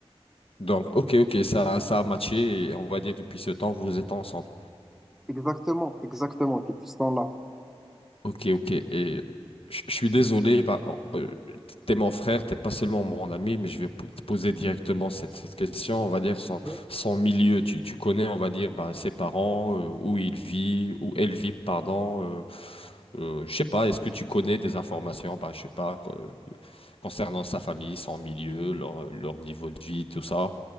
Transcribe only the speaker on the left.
Donc, ok, ok, ça, ça a matché et on va dire depuis ce temps, vous êtes ensemble.
Ok, ok. Et je je suis désolé, bah, bon, euh, t'es mon frère, t'es pas seulement mon ami, mais je vais po- te poser directement cette, cette question, on va dire, son,
son milieu. Tu, tu connais, on va dire, bah, ses parents, euh, où il vit, où elle vit, pardon. Euh, euh, je sais pas, est-ce que tu connais des informations, bah, je sais pas, co- concernant sa famille, son milieu, leur, leur niveau de vie, tout ça?